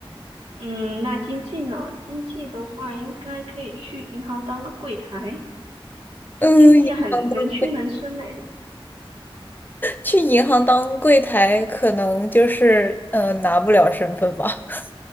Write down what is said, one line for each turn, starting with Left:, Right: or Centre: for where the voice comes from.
Right: 嗯，那经济呢？经济的话，应该可以去银行当个柜台，就经济很能屈能伸呢。
Left: 嗯，银行当去银行当柜台，可能就是呃拿不了身份吧。<laughs>